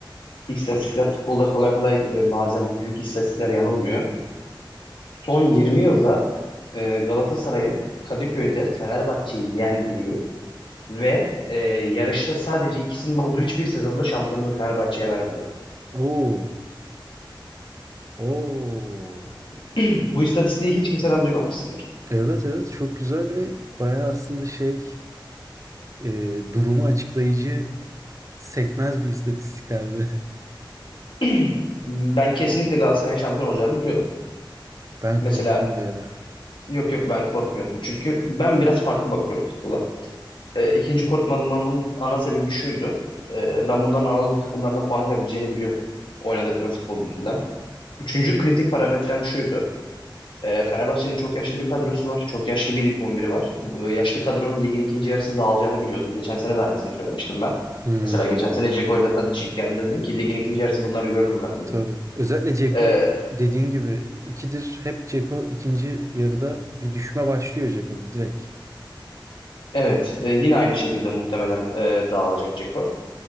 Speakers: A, on the left; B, on the right.
A: İstatistikler futbolda kolay kolay e, bazen büyük istatistikler yanılmıyor. Son 20 yılda e, Galatasaray'ın Kadıköy'de Fenerbahçe'yi yendiği ve e, yarışta sadece ikisinin olduğu hiçbir sezonda şampiyonluğu Fenerbahçe'ye vermedi.
B: Oo. Oo.
A: <clears throat> Bu istatistiği hiç kimseden duymamışsındır.
B: Evet evet çok güzel ve bayağı aslında şey e, durumu açıklayıcı Sekmez bir istatistik harbi.
A: <clears throat> Ben kesinlikle Galatasaray'ın şampiyon olacağını biliyordum.
B: <laughs> Ben
A: Mesela
B: korktum bir ara.
A: yok yok ben korkmuyordum. Çünkü ben biraz farklı bakıyorum futbola. E, ikinci korkmamın ana sebebi şuydu. E, ben bunların Anadolu takımlarına puan kaybedeceğini biliyordum. Oynadıkları futbol yüzünden. Üçüncü kritik parametrem şuydu. E, Fenerbahçe'nin çok yaşlı bir kadrosu var. Çok yaşlı bir lig 11'i var. Bu, e, yaşlı kadronun ligin ikinci yarısı dağılacağını biliyordum. Geçen sene de aynısını söylemiştim ben.
B: Hmm,
A: Mesela geçen sene Dzeko ile Tadic ilk geldiğinde dedim ki ligin ikinci yarısı bunları görürüm ben dedim.
B: tabii. Özellikle Ceko
A: E,
B: dediğin gibi ikidir. Hep Ceko ikinci yarıda bir düşme başlıyor Ceko'da direkt.
A: evet e, yine aynı şekilde muhtemelen e, dağılacak Dzeko.